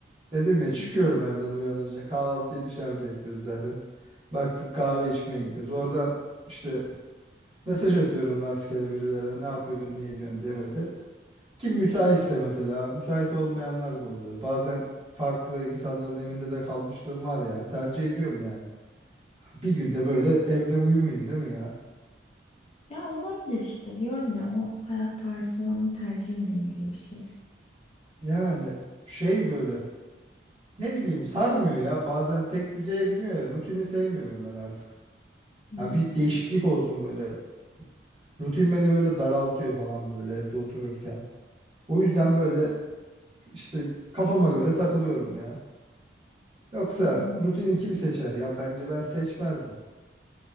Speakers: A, on the right (about 30°); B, on the left (about 30°).
A: Dedim ya çıkıyorum
B: Hı. hı.
A: evden uyanınca kahvaltıyı dışarıda yapıyoruz zaten. Baktık kahve içmeye gidiyoruz. Oradan işte mesaj atıyorum rastgele birilerine ne yapıyorsun ne ediyorsun diye böyle. Kim müsaitse mesela müsait olmayanlar da oluyor. Bazen farklı insanların evinde de kalmışlığım var ya tercih ediyorum yani. Bir günde böyle evde uyumayayım değil mi ya?
B: Ya olabilir işte diyorum ya o hayat tarzının tercihinle ilgili bir şey.
A: Yani şey böyle ne bileyim sarmıyor ya bazen tek düzeye biniyor ya rutini sevmiyorum ben artık.
B: Hmm.
A: Ya bir değişiklik olsun böyle. Rutin beni böyle daraltıyor falan böyle evde otururken. O yüzden böyle işte kafama göre takılıyorum ya. Yoksa
B: Yok
A: rutini kim seçer ya bence ben seçmezdim.